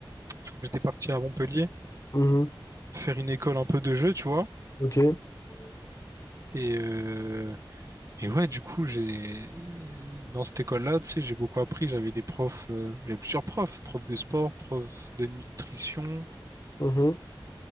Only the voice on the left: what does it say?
mhm,
ok,
mhm.